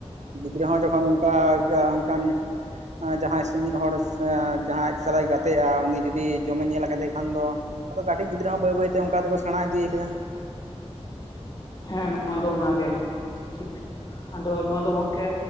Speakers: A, on the right (about 85°); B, on the left (about 35°).
A: ᱜᱤᱫᱽᱨᱟᱹ ᱦᱚᱸ ᱡᱚᱠᱷᱚᱱ ᱚᱱᱠᱟ ᱚᱱᱠᱟᱱ ᱚᱱᱟ ᱡᱟᱦᱟᱸᱭ ᱥᱟᱺᱜᱤᱧ ᱦᱚᱲ ᱡᱟᱦᱟᱸᱭ ᱟᱡ ᱥᱟᱞᱟᱭ ᱜᱟᱛᱮᱜ-ᱟ ᱩᱱᱤ ᱡᱩᱫᱤ ᱡᱚᱢ ᱮ ᱧᱮᱞ ᱠᱟᱫᱮ ᱠᱷᱟᱱ ᱫᱚ᱾ ᱟᱫᱚ ᱠᱟᱹᱴᱤᱡ ᱜᱤᱫᱽᱨᱟᱹ ᱦᱚᱸ ᱵᱟᱹᱭ ᱵᱟᱹᱭᱛᱮ ᱚᱱᱠᱟ ᱛᱮᱠᱚ ᱥᱮᱬᱟ ᱤᱫᱤ ᱟᱠᱟᱫᱟ᱾
B: ᱦᱮᱸ ᱱᱚᱣᱟ ᱫᱚ ᱚᱱᱟ ᱜᱮ ᱴᱷᱤᱠ᱾ ᱟᱫᱚ ᱱᱚᱣᱟ ᱫᱚ ᱜᱚᱝᱠᱮ